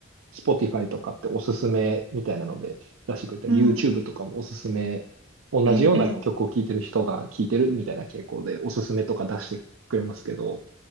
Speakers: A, on the right; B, on the right.
A: Spotify とかっておすすめみたいなので出してくれたり、
B: うん、
A: YouTube とかもおすすめ、同じような曲を聴いてる人が聴いてるみたいな傾向でおすすめとか出してくれますけど、
B: ええ、ええ、